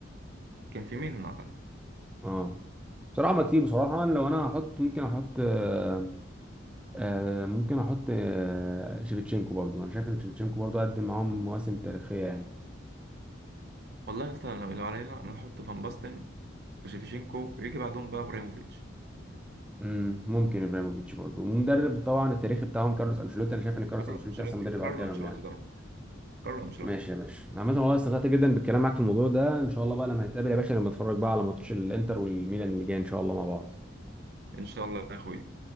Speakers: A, on the right (about 55°); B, in the centre.
A: كان في ميلان اعتقد
B: اه بصراحة ما كتير بصراحة أنا لو أنا هحط ممكن أحط آه آه ممكن أحط آه شيفتشينكو برضو أنا شايف إن شيفتشينكو برضو قدم معاهم مواسم تاريخية يعني
A: والله اصلا لو لو علينا انا احط فان باستن وشيفتشينكو ويجي بعدهم بقى ابراهيموفيتش
B: مم، ممكن ابراهيموفيتش برضه ومدرب طبعا التاريخي بتاعهم كارلوس انشيلوتي انا شايف ان كارلوس
A: كارلو
B: انشيلوتي
A: انشيلوتي
B: احسن مدرب
A: كارلو
B: على جالهم
A: انشيلوتي
B: يعني
A: طبعا كارلو انشيلوتي
B: ماشي يا باشا عامة والله استمتعت جدا بالكلام معاك في الموضوع ده ان شاء الله بقى لما نتقابل يا باشا لما نتفرج بقى على ماتش الانتر والميلان اللي جاي ان شاء الله مع بعض
A: ان شاء الله يا اخوي